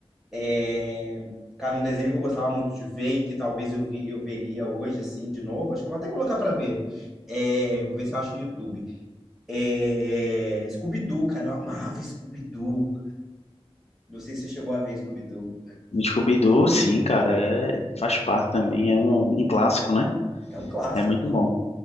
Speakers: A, in the centre; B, on the left.
A: É, Cara, um desenho que eu gostava muito de ver e que talvez eu, vi, eu veria hoje, assim, de novo, acho que eu vou até colocar para ver. É, Vou ver se eu acho no YouTube. É... Scooby-Doo, cara, eu amava Scooby-Doo. Não sei se você chegou a ver Scooby-Doo.
B: Scooby-Doo, sim, cara, é- faz parte também, é um, um clássico, né?
A: É um clássico,
B: É muito
A: não?
B: bom.